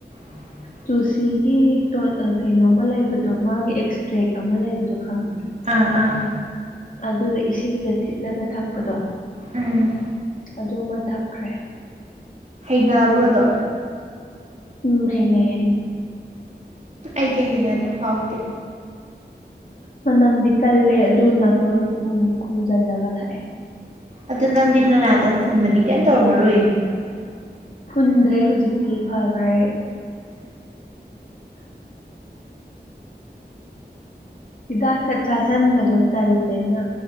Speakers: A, on the right; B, on the left.
A: <inaudible>
B: ꯇꯨꯜꯁꯤꯒꯤ ꯇꫭꯠ ꯑ ꯀꯩꯅꯣ ꯑꯃ ꯂꯩꯕꯗꯣ ꯃꯥꯒꯤ ꯑꯦꯛꯁꯇ꯭ꯔꯦꯛ ꯑꯃ ꯂꯩꯕꯗꯣ ꯈꯪꯕ꯭ꯔꯥ꯫
A: ꯑꯥ ꯑꯥ꯫
B: ꯑꯗꯨꯒ ꯏꯁꯤꯡꯗ ꯊꯤꯠꯂꯒ ꯊꯛꯄꯗꯣ꯫
A: ꯎꯝ
B: ꯑꯗꯨꯃ ꯊꯛꯈ꯭ꯔꯦ꯫
A: ꯥꯅꯥꯕ꯭ꯔꫭꯗꯣ꯫
B: ꯎꯝ ꯍꯥꯏꯅꯩꯌꯦ ꯑꯗꯨꯝ꯫
A: ꯑꯩꯗꯤ ꯍꯩꯅꯗꯦ ꯍꯥꯎꯇꯦ꯫
B: ꯃꯅꯝꯗꯤ ꯀꯜꯂꯦ ꯑꯗꯨ ꯅꯥꯇꯣꯟ ꯎ ꯈꯨꯝꯖꯤꯜꯂꯒ ꯊꯛꯑꯦ
A: ꯑꯗꯨꯗ ꯅꯪꯗꯤ ꯅꯅꯥꯥꯗꯣꯛ ꯐꯨꯟ ꯃꯅꯤꯡ ꯀꯩꯝ ꯇꯧꯔꯝꯃꯔꯣꯏ
B: ꯐꯨꯟꯗ꯭ꯔꯦ ꯍꯧꯖꯤꯛꯇꯤ ꯐꯈ꯭ꯔꯦ ꯍꯤꯗꯥꯛꯁꯠ ꯆꯥꯥꯁꯟꯕꯗꯣ ꯇꯜꯂꯦꯅ